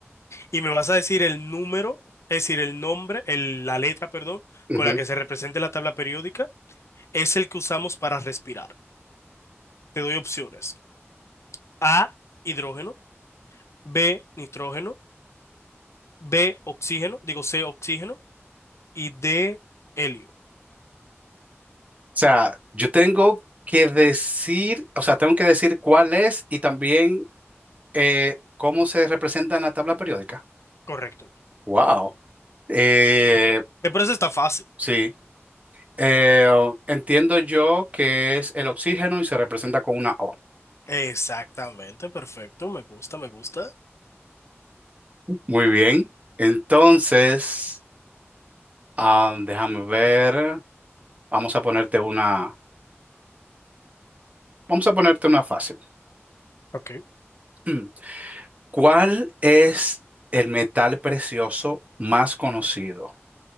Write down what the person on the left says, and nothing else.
Y me vas a decir el número, es decir, el nombre, el- la letra, perdón,
con la que
se representa la tabla periódica, es el que usamos para respirar. Te doy opciones. A, hidrógeno, B, nitrógeno, B, oxígeno, digo C, oxígeno. y de helio.
Correcto.
Me parece está fácil.
Exactamente, perfecto. Me gusta, me gusta.
Ok.